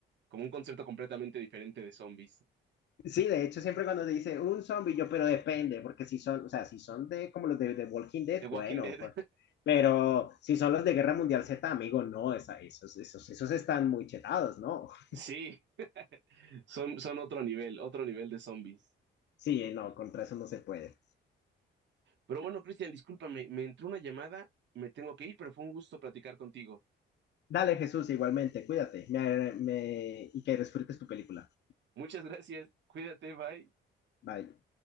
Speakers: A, on the right; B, on the left.
A: como un concepto completamente diferente de zombies.
B: Sí, de hecho, siempre cuando te dice un zombie, yo, pero depende, porque si son, o sea, si son de como los de, de Walking Dead,
A: The Walking
B: bueno,
A: Dead.
B: pues, pero si son los de Guerra Mundial Z, amigo, no, esa, esos, esos, esos están muy chetados, ¿no?
A: Sí,
B: <laughs>
A: son, son otro nivel, otro nivel de zombies.
B: Sí, no, contra eso no se puede.
A: Pero bueno, Cristian, discúlpame, me entró una llamada, me tengo que ir, pero fue un gusto platicar contigo.
B: Dale, Jesús, igualmente, cuídate me, me, y que disfrutes tu película.
A: Muchas gracias, cuídate, bye.
B: Bye.